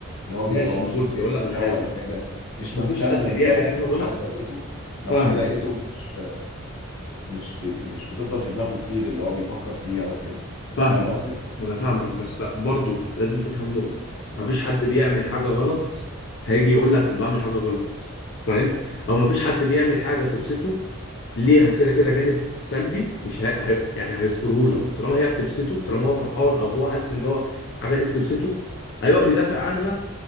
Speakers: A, on the left; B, on the left.
A: ان هو بيبقى
B: ماشي
A: مبسوط
B: ما بص
A: زياده
B: اقول لك على
A: مروق
B: حاجه
A: زياده مش
B: ما
A: مهتم
B: فيش حد
A: اللي
B: بيعمل
A: هو
B: حاجه غلط
A: لو حاجه ضايقته لو
B: فاهمك
A: حاجه ضايقته مش مش بي مش بتفضل في دماغه كتير اللي هو بيفكر فيها وكده
B: فاهمك
A: فاهم قصدي
B: ما انا فاهمك بس برضو لازم تفهم نقطه ما فيش حد بيعمل حاجه غلط هيجي يقول لك انا بعمل حاجه غلط فاهم او ما فيش حد بيعمل حاجه تبسطه ليها كده كده جانب سلبي مش هي... هي... يعني هيذكره لك طالما هي بتبسطه طالما هو فرحان او هو حاسس ان هو الحاجه دي بتبسطه هيقعد يدافع عنها